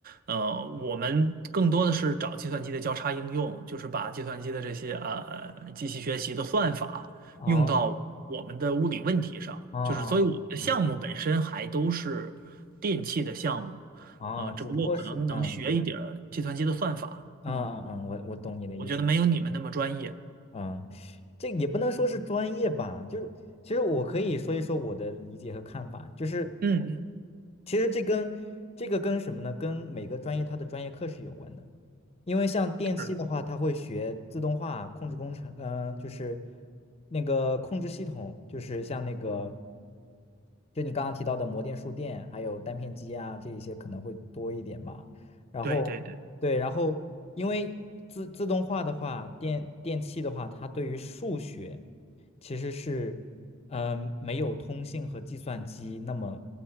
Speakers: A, on the right; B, on the left.
A: 呃，我们更多的是找计算机的交叉应用，就是把计算机的这些呃机器学习的算法用到我们的物理问题上，
B: 哦哦哦哦
A: 就是所以我们的项目本身还都是电器的项目。
B: 哦哦，
A: 啊，只不过可能能学一点儿计算机的算法，
B: 只不过是嗯嗯嗯嗯，
A: 嗯，
B: 我我懂你的意思，
A: 我觉得没有你们那么专业。
B: 嗯，这也不能说是专业吧，就是其实我可以说一说我的理解和看法，就是
A: 嗯嗯，
B: 其实这跟这个跟什么呢？跟每个专业它的专业课是有关的。因为像电器的话，
A: 是的，
B: 它会学自动化控制工程，嗯、就是那个控制系统，就是像那个，就你刚刚提到的模电、数电，还有单片机啊，这一些可能会多一点吧。然后，
A: 对对对，
B: 对，然后因为自自动化的话，电电器的话，它对于数学其实是。嗯，没有通信和计算机那么，